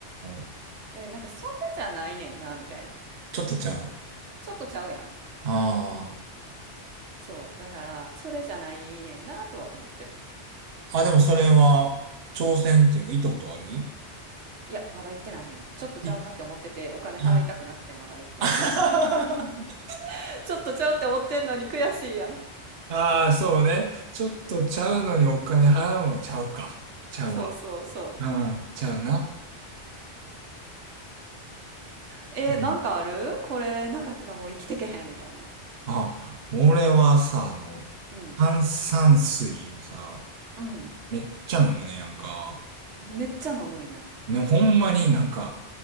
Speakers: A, on the right; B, on the right.
A: ー、
B: で、なんかそれじゃないねんな、みたいな。
A: ちょっとじゃあ、
B: ちょっとちゃうやん。
A: ああ。
B: そう。だから、それじゃないねんな、とは思ってる。
A: あ、でもそれは、挑戦っていうか、
B: うん。
A: 行ったことある
B: いや、まだ行ってないねん。ちょっとちゃうなって思ってて、
A: い
B: お金払いたくなくてまだ行ってない。
A: あ <laughs>
B: <laughs> ちょっとちゃうって思ってんのに悔しいやん。
A: あー、そうね。ちょっとちゃうのにお金払うのはちゃうか。ちゃうわ。
B: そうそうそう。
A: うん、ちゃうな。
B: えー、
A: うん。
B: なんかあるこれなかったらもう生きてけへん、みたいな。
A: あ、俺はさ、あの、
B: うん。
A: 炭酸水をさ、
B: うん。
A: めっちゃ飲むねやんか。
B: めっちゃ飲むんやん。
A: ね、ほんまになんか、